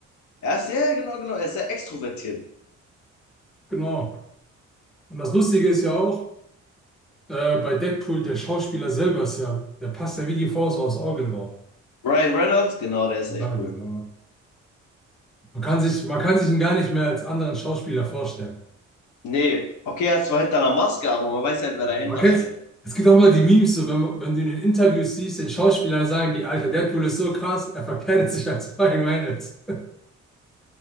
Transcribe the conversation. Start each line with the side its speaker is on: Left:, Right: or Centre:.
Left: Er ist sehr, genau, genau, er ist sehr extrovertiert.
Centre: Genau. Und das Lustige ist ja auch, äh, bei Deadpool, der Schauspieler selber ist ja, der passt ja wie die Faust aufs Auge drauf.
Left: Ryan Reynolds, genau, der ist echt
Centre: Ja, genau.
Left: cool.
Centre: Man kann sich, man kann sich ihn gar nicht mehr als anderen Schauspieler vorstellen.
Left: Nee, okay, er ist zwar hinter einer Maske, aber man weiß halt, wer dahinter
Centre: Man kennt's,
Left: steckt.
Centre: es gibt auch immer die Memes, so wenn, man- wenn du in den Interviews siehst, den Schauspieler sagen die, Alter, Deadpool ist so krass, er verkleidet sich als Ryan Reynolds.